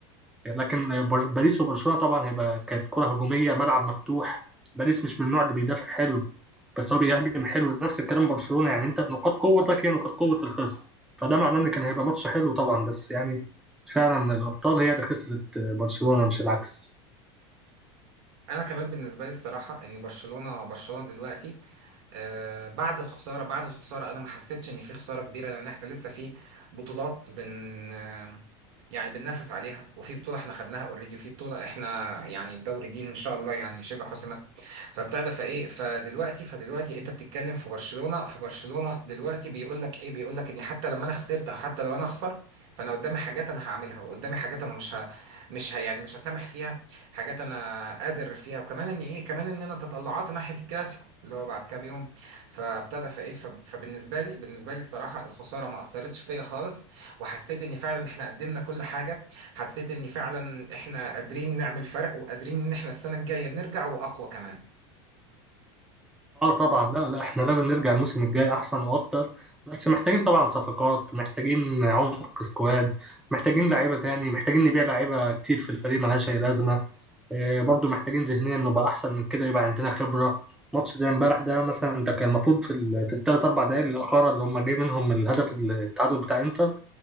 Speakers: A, in the centre; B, on the right.
A: لكن بر- باريس وبرشلونه طبعا هيبقى كانت كره هجوميه ملعب مفتوح باريس مش من النوع اللي بيدافع حلو بس هو بيهاجم حلو نفس الكلام برشلونه يعني انت نقاط قوتك هي نقاط قوه الخصم فده معناه ان كان هيبقى ماتش حلو طبعا بس يعني فعلا الابطال هي اللي خسرت برشلونه مش العكس
B: انا كمان بالنسبه لي الصراحه ان برشلونه برشلونه دلوقتي آه، بعد الخسارة بعد الخسارة أنا ما حسيتش إن في خسارة كبيرة لأن إحنا لسه في بطولات بن آه، يعني بننافس عليها وفي بطولة إحنا خدناها أوريدي وفي بطولة إحنا يعني الدوري دي إن شاء الله يعني شبه حسم فبتاع ده فايه فدلوقتي فدلوقتي انت بتتكلم في برشلونه في برشلونه دلوقتي بيقول لك ايه بيقول لك ان حتى لما انا خسرت او حتى لو انا اخسر فانا قدامي حاجات انا هعملها وقدامي حاجات انا مش ه... مش ه... يعني مش هسامح فيها حاجات انا قادر فيها وكمان ان ايه كمان ان انا تطلعات ناحيه الكلاسيكو اللي هو بعد كام يوم فابتدى فايه فب- فبالنسبه لي بالنسبه لي الصراحه الخساره ما اثرتش فيا خالص وحسيت ان فعلا احنا قدمنا كل حاجه حسيت ان فعلا احنا قادرين نعمل فرق وقادرين ان احنا السنه الجايه نرجع واقوى كمان
A: اه طبعا لا لا احنا لازم نرجع الموسم الجاي احسن واكتر بس محتاجين طبعا صفقات محتاجين عمق سكواد محتاجين لعيبه تاني محتاجين نبيع لعيبه كتير في الفريق ملهاش اي لازمه آه برضو محتاجين ذهنيا نبقى احسن من كده يبقى عندنا خبره ماتش زي امبارح ده مثلا ده كان المفروض في ال في الثلاث اربع دقائق الاخيره اللي هم جاي منهم الهدف التعادل بتاع انتر